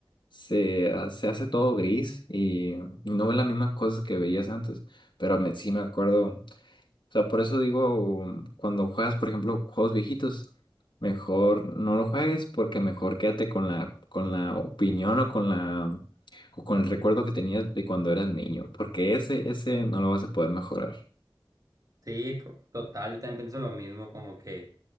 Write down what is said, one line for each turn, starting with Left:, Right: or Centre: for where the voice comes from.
Left: se, ha- se hace todo gris y, y no ves las mismas cosas que veías antes. Pero me, sí me acuerdo. O sea, por eso digo, cuando juegas, por ejemplo, juegos viejitos, mejor no lo juegues porque mejor quédate con la, con la opinión o con la, o con el recuerdo que tenías de cuando eras niño, porque ese, ese no lo vas a poder mejorar.
Right: Sí, co- total, yo también pienso lo mismo, como que